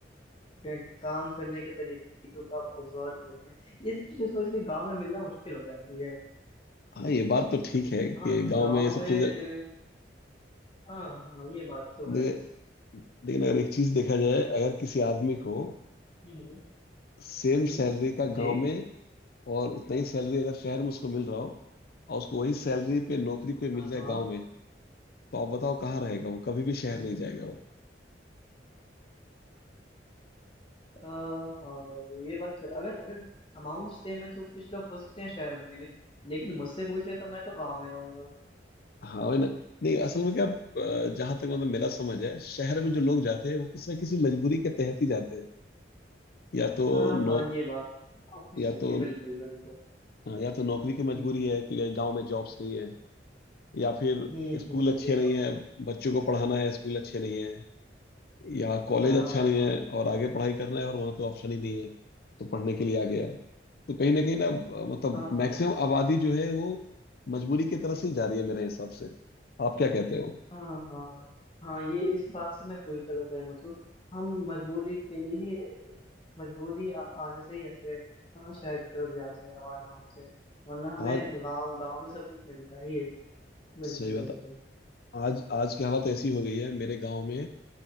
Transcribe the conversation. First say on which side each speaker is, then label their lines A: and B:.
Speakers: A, on the left; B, on the left.
A: अ, काम करने के तरीकों को आप ऑब्जर्व करते हैं ये सब चीजें थोड़ी सी गांव में मिलना मुश्किल हो जाती है
B: हाँ ये बात तो ठीक है कि
A: हाँ
B: गांव
A: गांव
B: में ये सब
A: में
B: चीजें
A: अ, हाँ हाँ हाँ, ये बात तो
B: ले,
A: है
B: लेकिन अगर एक चीज देखा जाए अगर किसी आदमी को
A: हम्म
B: सेम
A: हम्म,
B: सैलरी का
A: जी
B: गांव में और उतना ही सैलरी अगर शहर में उसको मिल रहा हो और उसको वही सैलरी पे नौकरी कोई मिल
A: हाँ
B: जाए
A: हाँ
B: गांव में तो आप बताओ कहाँ रहेगा वो कभी भी शहर
A: हम्म,
B: नहीं जाएगा वो
A: अ, हाँ ये बात तो है। अगर अगर अमाउंट सेम है तो कुछ लोग हो सकते हैं शहर में लेकिन लेकिन मुझसे पूछे तो मैं तो गांव में रहूंगा
B: हाँ वही ना नहीं असल में क्या अ, जहाँ तक मतलब मेरा समझ है शहर
A: हाँ
B: में जो लोग जाते हैं वो किसी ना किसी
A: हम्म।
B: मजबूरी के तहत ही जाते हैं या तो
A: हाँ
B: नौ
A: हाँ ये बात काफी
B: या
A: सही
B: तो
A: है बिल्कुल बिल्कुल
B: हाँ, या तो नौकरी की मजबूरी
A: हम्म हम्म
B: है कि गांव में जॉब्स नहीं है या फिर
A: हम्म
B: स्कूल
A: हम्म,
B: अच्छे
A: ये बात
B: नहीं है
A: सही।
B: बच्चों को पढ़ाना है स्कूल अच्छे नहीं है या कॉलेज
A: हाँ
B: अच्छा नहीं
A: हाँ
B: है और आगे पढ़ाई करना है और वहाँ पे ऑप्शन ही नहीं है तो पढ़ने के लिए आ गया तो कहीं ना कहीं ना अ, मतलब
A: हाँ हाँ
B: मैक्सिमम आबादी जो है वो मजबूरी की तरह से ही जा रही है मेरे हिसाब से आप क्या कहते हो
A: हाँ हाँ हाँ ये इस बात से मैं पूरी तरह सहमत हूँ हम मजबूरी के लिए ही- मजबूरी आ, आने से ही ऐसे हाँ शहर की तरफ जाते हैं रवाना होते हैं वरना हमें
B: आज
A: गांव गांव में सब कुछ मिलता ही है बिल्कुल
B: सही बात
A: बिल्कुल
B: है। आज आज की हालत ऐसी हो गई है मेरे गांव में